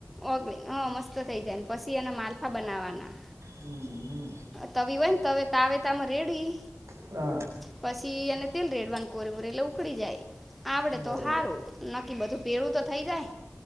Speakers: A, in the centre; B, on the right.
A: ઓગળી ન હહ મસ્ત થઇ જાય ને પસી એના માલફા બનાવાના.
B: હમ અ
A: તવી હોય ને તવે તાવેતામાં રેડી
B: હા
A: પસી એને તેલ રેડવાનું કોરે મોરે એટલે ઉકળી જાય. આવડે
B: બરાબર
A: તો હારું. નક્કી બધું ભેળું તો થઈ જાય.